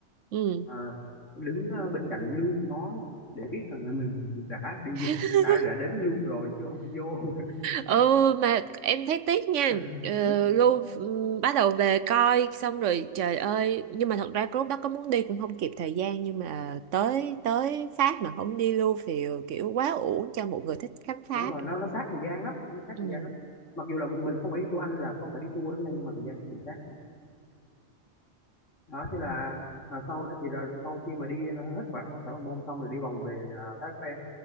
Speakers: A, on the right (about 75°); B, on the left (about 80°).
A: ừ
B: ờ, đứng ờ, bên cạnh Louvre ngó để biết rằng là mình đã đi
A: <laughs>
B: đã đã đến Louvre rồi chứ không đi vô
A: ừ mà em thấy tiếc nha
B: <laughs>
A: ờ, Lu ừ, bắt đầu về coi xong rồi trời ơi nhưng mà thật ra lúc đó có muốn đi cũng không kịp thời gian nhưng mà tới tới Pháp mà không đi Lu thì kiểu quá uổng cho một người thích khám phá
B: đúng rồi nó nó sát thời gian lắm nó sát
A: ừ
B: thời gian lắm mặc dù là mình không phải đi tour Anh là không phải đi tour đó nha nhưng mà thời gian cũng bị sát đó thế là à, sau đó thì là sau khi mà đi à, hết khoảng khoảng Bằng Môn xong rồi đi vòng về à, Thác Phen